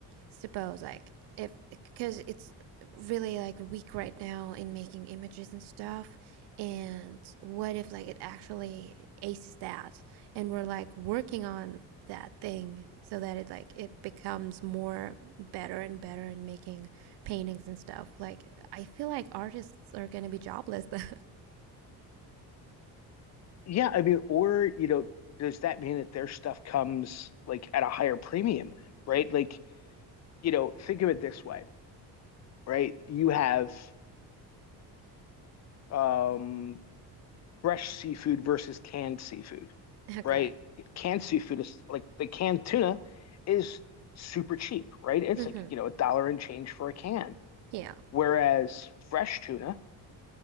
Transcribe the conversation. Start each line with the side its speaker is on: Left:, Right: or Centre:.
Right: suppose like if because it's really like weak right now in making images and stuff and what if like it actually aces that and we're like working on that thing so that it like it becomes more better and better in making paintings and stuff like i feel like artists are gonna be jobless then
Left: Yeah, I mean, or you know, does that mean that their stuff comes like at a higher premium then, right? Like, you know, think of it this way, right? You have um fresh seafood versus canned seafood,
Right: <laughs> okay
Left: right? Canned seafood is like the canned tuna is super cheap, right? It's
Right: hmm
Left: like, you know, a dollar and change for a can.
Right: yeah
Left: Whereas fresh tuna